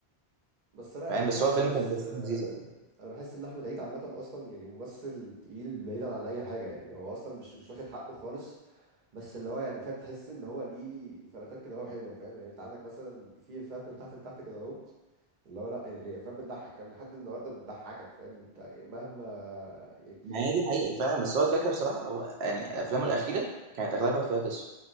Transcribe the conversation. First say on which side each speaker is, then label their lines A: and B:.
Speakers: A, on the right; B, on the right.
A: بس لا يعني
B: فاهم
A: عامه
B: بس هو الفيلم
A: بحس
B: كان قصته
A: آه،
B: لذيذة
A: انا بحس ان احمد عيد عامه اصلا يعني ممثل تقيل بعيدا عن اي حاجه يعني هو اصلا مش مش واخد حقه خالص بس اللي هو يعني فاهم تحس ان هو ليه فلاتات كده هو حلوه فاهم يعني انت عندك مثلا في فلات من تحت لتحت كده اهو اللي هو لا يعني فاهم بتضحك فاهم لحد النهارده بتضحكك فاهم انت يعني مهما يعني
B: ما هي دي حقيقة فعلا بس هو الفكرة بصراحة هو يعني أفلامه الأخيرة كانت أغلبها فيها قصة